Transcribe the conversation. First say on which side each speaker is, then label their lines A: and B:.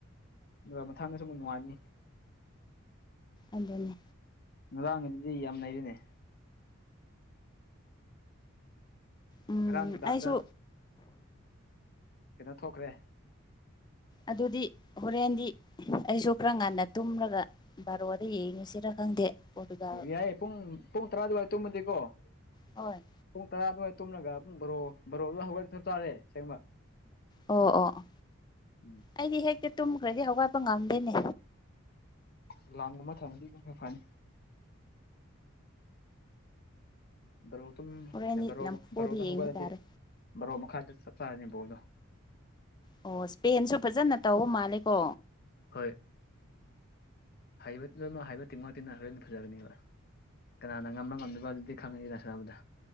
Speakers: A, on the left; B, on the left.
A: ꯑꯗꯨꯒ ꯃꯊꯪꯗꯁꯨ ꯑꯃꯨꯛ ꯅꯨꯡꯉꯥꯏꯅꯤ
B: ꯑꯗꯨꯅꯦ
A: ꯉꯔꯥꯡꯒꯤ ꯗꯨꯗꯤ ꯌꯥꯝ ꯅꯩꯔꯦ ꯅꯦ
B: ꯎꯝ
A: ꯉꯔꯥꯡ ꯅꯨꯡꯗꯥꯡꯗ
B: ꯑꯩꯁꯨ
A: ꯀꯩꯅꯣ ꯊꯣꯛꯈ꯭ꯔꯦ
B: ꯑꯗꯨꯗꯤ ꯍꯣꯔꯦꯟꯗꯤ ꯑꯩꯁꯨ ꯈꯔ ꯉꯟꯅ ꯇꯨꯝꯔꯒ ꯕꯥꯔꯣꯗ ꯌꯦꯡꯉꯁꯤꯔ ꯈꯪꯗꯦ ꯄꯣꯇꯨꯒꯜ
A: ꯍꯦ ꯄꯨꯡ ꯄꯨꯡ ꯇꯔꯥ ꯑꯗꯨꯋꯥꯏ ꯇꯨꯝꯃꯗꯤꯀꯣ
B: ꯑꯣꯏ
A: ꯄꯨꯡ ꯇꯔꯥ ꯑꯗꯨꯋꯥꯥꯏ ꯇꯨꯝꯔꯒ ꯄꯨꯡ ꯕꯥꯔꯣ ꯕꯥꯔꯣꯗ ꯍꯧꯒꯠ ꯆꯞ ꯆꯥꯔꯦ ꯁꯦꯡꯕ
B: ꯑꯣ ꯑꯣ ꯑꯣ
A: ꯎꯝ
B: ꯑꯩꯗꯤ ꯍꯦꯛꯇ ꯇꯨꯝꯈ꯭ꯔꯗꯤ ꯍꯧꯒꯠꯄ ꯉꯝꯗꯦꯅꯦ
A: ꯑꯦꯂꯥꯝꯒꯨꯝꯕ ꯊꯝꯃꯗꯤ ꯄꯨꯡꯐꯥ ꯐꯥꯅꯤ ꯕꯥꯔꯣꯇꯨꯝ
B: ꯍꯣꯔꯦꯟꯗꯤ
A: ꯑꯦ ꯕꯔꯣ
B: ꯅꯝꯐꯨꯗ
A: ꯃꯛ ꯕꯔꯣꯗ
B: ꯌꯦꯡꯕ
A: ꯍꯧꯒꯠꯂꯗꯤ
B: ꯇꯥꯔꯦ
A: ꯕꯔꯣ ꯃꯈꯥꯏꯗ ꯆꯞ ꯆꯥꯔꯅꯤ ꯕꯣꯜꯗꯣ
B: ꯑꯣ ꯏꯁꯄꯦꯟꯁꯨ ꯐꯖꯅ ꯇꯧꯕ ꯃꯥꯜꯂꯦꯀꯣ
A: ꯍꯣꯏ ꯍꯩꯕ ꯇꯤꯝ ꯍꯩꯕ ꯇꯤꯝ ꯉꯥꯛꯇꯅꯤꯅ ꯍꯣꯔꯦꯟꯗꯤ ꯐꯖꯒꯅꯤꯕ ꯀꯅꯥꯅ ꯉꯝꯃ ꯉꯝꯗꯕꯗꯨꯗꯤ ꯈꯪꯉꯅꯤꯅꯥ ꯁꯥꯅꯕꯗ